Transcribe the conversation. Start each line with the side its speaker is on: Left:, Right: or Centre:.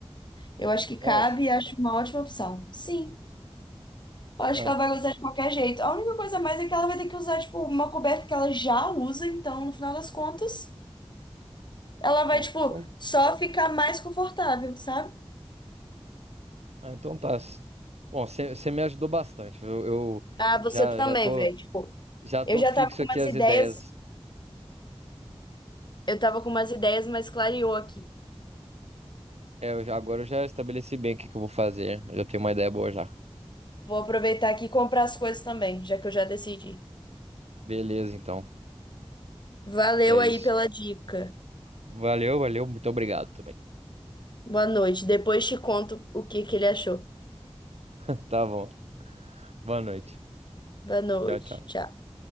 Left: Eu acho que cabe
Right: eu acho.
Left: e acho uma ótima opção. Sim, eu acho
Right: Ah,
Left: que ela vai gostar de qualquer jeito. A única coisa a mais é que ela vai ter que usar, tipo, uma coberta que ela já usa, então, no final das contas, ela vai,
Right: bom,
Left: tipo,
Right: então,
Left: só ficar mais confortável, sabe?
Right: ah, então tá. Se- Bom, você me ajudou bastante. Eu, eu
Left: Ah, você
Right: já,
Left: também,
Right: já tô,
Left: velho. Tipo,
Right: já tô
Left: eu já
Right: fixo
Left: tava com
Right: aqui
Left: umas
Right: as
Left: ideias,
Right: ideias.
Left: eu tava com umas ideias, mas clareou aqui.
Right: É, eu já- agora eu já estabeleci bem o que que eu vou fazer. Eu já tenho uma ideia boa já.
Left: Vou aproveitar aqui e comprar as coisas também, já que eu já decidi.
Right: Beleza, então.
Left: Valeu
Right: É isso.
Left: aí pela dica.
Right: Valeu, valeu. Muito obrigado também.
Left: Boa noite. Depois te conto o que que ele achou.
Right: <laughs> Tá bom. Boa noite.
Left: Boa noite.
Right: Tchau, tchau.
Left: Tchau.